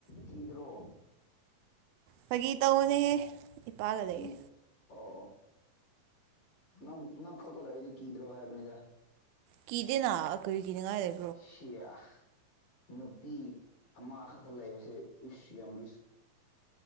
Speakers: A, on the left (about 60°); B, on the right (about 85°).
A: ꯀꯤꯗ꯭ꯔꯣ
B: ꯐꯒꯤ ꯇꯧꯕꯅꯤꯍꯦ ꯏꯄꯥꯒ ꯂꯩꯌꯦ
A: ꯀꯤ ꯑꯣ ꯅꯪ ꯅꯪ ꯈꯛꯇ ꯂꯩꯥꯔꯗꯤ ꯀꯤꯗ꯭ꯔꯣ ꯍꯥꯏꯕꯅꯤꯗ
B: ꯀꯤꯗꯦꯅ ꯀꯔꯤ ꯀꯤꯅꯤꯉꯥꯏ ꯂꯩ
A: ꯁꯤꯌꯥ ꯅꯨꯄꯤ ꯑꯃꯈꯛꯇ ꯂꯩꯕꯁꯦ ꯏꯁ ꯌꯥꯝ ꯔꯤꯛꯁ